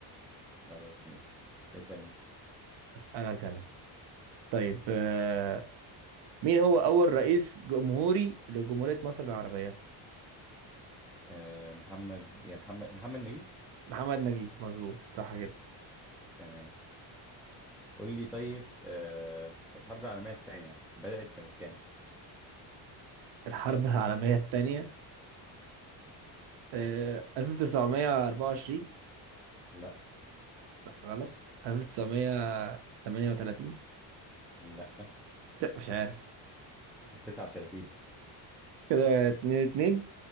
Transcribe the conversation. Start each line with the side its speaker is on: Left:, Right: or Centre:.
Centre: خلاص ماشي اسال انت
Right: أسألك أنا طيب آه مين هو أول رئيس جمهوري لجمهورية مصر العربية؟
Centre: أه محمد يا محمد محمد نجيب
Right: محمد نجيب مظبوط صح كده
Centre: تمام قول لي طيب أه الحرب العالميه الثانيه بدات سنه كام
Right: الحرب العالمية التانية آه 1924
Centre: لا
Right: لا غلط 1938
Centre: لا
Right: لا مش عارف
Centre: 39
Right: كده اتنين اتنين